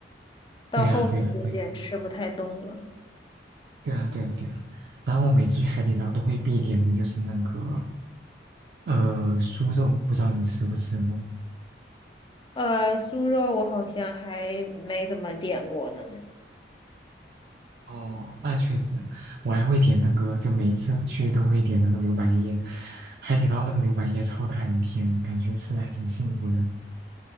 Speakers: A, on the left (about 25°); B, on the right (about 60°).
A: 到后面有点吃不太动了。
B: 对呀，对呀，对，对呀，对呀，对呀。然后我每次去海底捞都会必点的就是那个呃酥肉，不知道你吃不吃过？
A: 呃，酥肉我好像还没怎么点过呢。
B: 哦，那确实，我还会点那个，就每次去都会点那个牛百叶，海底捞那个牛百叶超大一片，感觉吃的还挺幸福的。